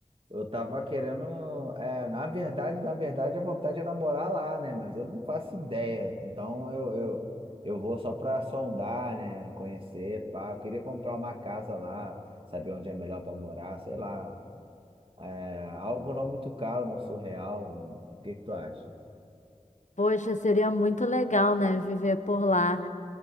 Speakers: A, on the right; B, on the left.
A: Eu tava querendo, é, na verdade, na verdade, a vontade era morar lá, né? Mas eu não faço ideia. Então eu, eu, eu vou só pra sondar, né? Conhecer, pá. Eu queria comprar uma casa lá, saber onde é melhor pra morar, sei lá. É, algo não muito caro, não surreal. O que que tu acha?
B: Poxa, seria muito legal, né? Viver por lá.